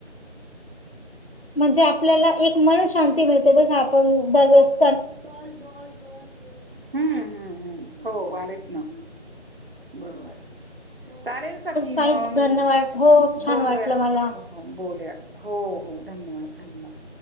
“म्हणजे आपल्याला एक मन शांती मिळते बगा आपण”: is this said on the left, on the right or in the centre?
Left